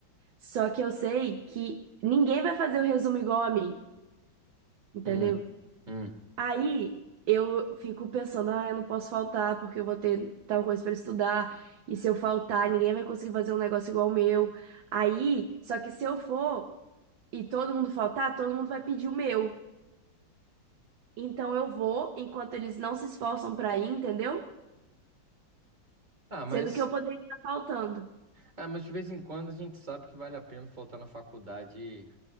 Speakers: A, on the right (about 75°); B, on the right (about 25°).
A: Só que eu sei que ninguém vai fazer o resumo igual a mim, entendeu?
B: Hum, hum.
A: Aí eu fico pensando, ah, eu não posso faltar porque eu vou ter tal coisa para estudar. E se eu faltar, ninguém vai conseguir fazer um negócio igual o meu. Aí, só que se eu for e todo mundo faltar, todo mundo vai pedir o meu. Então eu vou enquanto eles não se esforçam para ir, entendeu?
B: Ah, mas
A: Sendo que eu poderia estar faltando.
B: ah, mas de vez em quando a gente sabe que vale a pena faltar na faculdade e,